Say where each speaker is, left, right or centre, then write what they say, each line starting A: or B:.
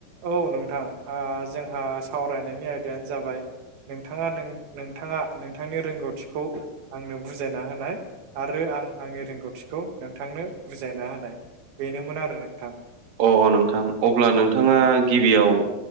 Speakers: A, on the right; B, on the right.
A: औ नोंथां जोंहा सावरायनायनि आयदायानो जाबाय नोंथाङा नों नोंथाङा नोंथांनि रोंगौथिखौ आंनो बुजायना होनाय आरो आं आंनि रोंगौथिखौ नोंथांनो बुजायना होनाय बेनोमोन आरो नोंथां
B: अ नोंथां अब्ला नोंथाङा गिबियाव